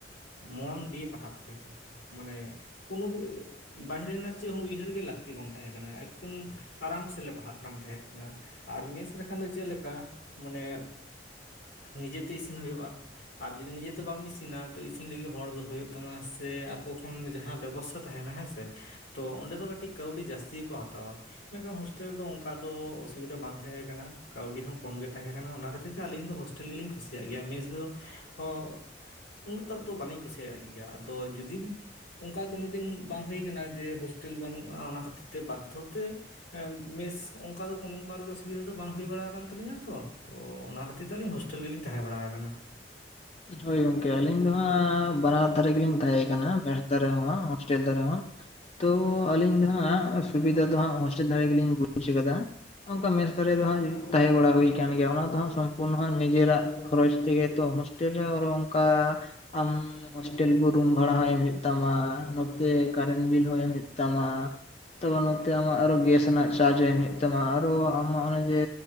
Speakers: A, on the left; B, on the left.
A: ᱢᱚᱱ ᱫᱤᱭᱮ ᱯᱟᱲᱦᱟᱜ ᱯᱮ ᱢᱟᱱᱮ ᱠᱳᱱᱳ <unintelligible> ᱵᱟᱦᱨᱮ ᱨᱮᱱᱟᱜ ᱪᱮᱫ ᱦᱚ ᱩᱭᱦᱟᱹᱨ ᱜᱮ ᱞᱟᱹᱠᱛᱤ ᱵᱟᱝ ᱛᱟᱦᱮᱸ ᱠᱟᱱᱟ ᱮᱠᱫᱚᱢ ᱟᱨᱟᱢ ᱥᱮᱞᱮ ᱯᱟᱲᱦᱟᱜ ᱠᱟᱱ ᱛᱟᱦᱮᱸ ᱠᱟᱱᱟ ᱟᱨ ᱢᱮᱥ ᱞᱮᱠᱷᱟᱱ ᱫᱚ ᱪᱮᱫ ᱞᱮᱠᱟ ᱢᱟᱱᱮ ᱱᱤᱡᱮᱛᱮ ᱤᱥᱤᱱ ᱦᱩᱭᱩᱜᱼᱟ ᱟᱨ ᱡᱩᱫᱤ ᱱᱤᱡᱮ ᱛᱮ ᱵᱟᱢ ᱤᱥᱤᱱᱟ ᱛᱚ ᱤᱥᱤᱱ ᱞᱟᱹᱜᱤᱫ ᱦᱚᱲ ᱫᱚ ᱦᱳᱭᱳᱜ ᱛᱟᱢᱟ ᱥᱮ <unintelligible> ᱡᱟᱸᱦᱟ ᱵᱮᱵᱚᱥᱛᱟ ᱛᱟᱦᱮᱸᱱᱟ ᱦᱮᱸᱥᱮ ᱛᱚ ᱚᱸᱰᱮ ᱫᱚ ᱠᱟᱹᱴᱤᱡ ᱠᱟᱹᱣᱰᱤ ᱡᱟᱹᱥᱛᱤ ᱜᱮᱠᱚ ᱦᱟᱛᱟᱣᱟ ᱢᱮᱱᱠᱷᱟᱱ ᱦᱳᱥᱴᱮᱞ ᱨᱮᱫᱚ ᱚᱱᱠᱟ ᱫᱚ ᱚᱥᱩᱵᱤᱫᱟ ᱵᱟᱝ ᱛᱟᱦᱮᱸ ᱠᱟᱱᱟ ᱠᱟᱹᱣᱰᱤ ᱦᱚᱸ ᱠᱚᱢ ᱜᱮ ᱛᱟᱦᱮᱸ ᱠᱟᱱᱟ ᱚᱱᱟ ᱠᱷᱟᱹᱛᱤᱨ ᱛᱮ ᱟᱞᱤᱧ ᱫᱚ <unintelligible> ᱜᱮ ᱞᱤᱧ ᱠᱩᱥᱤᱭᱟᱜ ᱜᱮᱭᱟ ᱢᱮᱥ ᱫᱚ ᱦᱚᱸ ᱩᱱᱟᱹᱜ <unintelligible> ᱫᱚ ᱵᱟᱹᱞᱤᱧ ᱠᱩᱥᱤᱭᱟᱜ ᱜᱮᱭᱟ ᱟᱫᱚ ᱡᱩᱫᱤ ᱚᱱᱠᱟ ᱠᱳᱱᱳ ᱫᱤᱱ ᱵᱟᱝ ᱦᱩᱭ ᱟᱠᱟᱱᱟ ᱡᱮ ᱦᱳᱥᱴᱮᱞ ᱵᱟᱹᱱᱩᱜᱼᱟ ᱚᱱᱟ ᱠᱷᱟᱹᱛᱤᱨ ᱛᱮ ᱵᱟᱫᱽᱫᱷᱚ ᱛᱮ ᱢᱮᱥ ᱚᱱᱠᱟ ᱫᱚ ᱠᱳᱱᱳ ᱵᱟᱨ ᱜᱮ ᱚᱥᱩᱵᱤᱫᱟ ᱫᱚ ᱵᱟᱝ ᱦᱩᱭ ᱵᱟᱲᱟ ᱠᱟᱱ ᱛᱟᱹᱞᱤᱧᱟ ᱛᱚ ᱛᱚ ᱚᱱᱟ ᱠᱷᱟᱹᱛᱤᱨ <unintelligible> ᱦᱳᱥᱴᱮᱞ ᱜᱮ ᱞᱤᱧ ᱛᱟᱦᱮᱸ ᱵᱟᱲᱟ ᱟᱠᱟᱱᱟ
B: ᱦᱳᱭ ᱜᱚᱝᱠᱮ ᱟᱹᱞᱤᱧ ᱫᱚ ᱦᱟᱸᱜ ᱵᱟᱱᱟᱨ ᱫᱷᱟᱨᱮ ᱜᱮᱞᱤᱧ ᱛᱟᱦᱮᱸ ᱠᱟᱱᱟ ᱢᱮᱥ ᱫᱷᱟᱨᱮ ᱦᱚᱸ ᱦᱳᱥᱴᱮᱞ ᱫᱷᱟᱨᱮ ᱦᱚᱸ ᱛᱚ ᱟᱹᱞᱤᱧ ᱫᱚ ᱦᱟᱸᱜ ᱚᱥᱩᱵᱤᱫᱟ ᱫᱚ ᱦᱟᱸᱜ ᱦᱳᱥᱴᱮᱞ ᱫᱷᱟᱨᱮ ᱜᱮ ᱞᱤᱧ ᱵᱩᱡᱽ ᱟᱠᱟᱫᱟ ᱚᱱᱠᱟ ᱢᱮᱥ ᱫᱷᱟᱨᱮ ᱫᱚ ᱛᱟᱦᱮᱸ ᱵᱟᱲᱟ ᱦᱩᱭ ᱠᱟᱱ ᱜᱮᱭᱟ ᱚᱱᱟ ᱛᱮᱦᱚᱸ ᱥᱚᱢᱯᱩᱨᱱᱚ ᱱᱤᱡᱮᱨᱟᱜ ᱠᱷᱚᱨᱚᱪ ᱛᱮᱜᱮ ᱛᱚ <unintelligible> ᱦᱳᱥᱴᱮᱞ ᱠᱚ ᱨᱩᱢ ᱵᱷᱟᱲᱟ ᱦᱚᱸ ᱮᱢ ᱦᱳᱭᱳᱜ ᱛᱟᱢᱟ ᱱᱚᱛᱮ ᱠᱟᱨᱮᱱ ᱵᱤᱞ ᱦᱚᱸ ᱮᱢ ᱦᱳᱭᱳᱜ ᱛᱟᱢᱟ <unintelligible> ᱱᱚᱛᱮ ᱟᱢᱟᱜ ᱟᱨᱦᱚᱸ ᱜᱮᱥ ᱨᱮᱱᱟᱜ ᱪᱟᱨᱡᱽ ᱮᱢ ᱦᱩᱭᱩᱜ ᱛᱟᱢᱟ ᱟᱨᱚ ᱟᱢᱟᱜ ᱚᱱᱮᱸ ᱡᱮ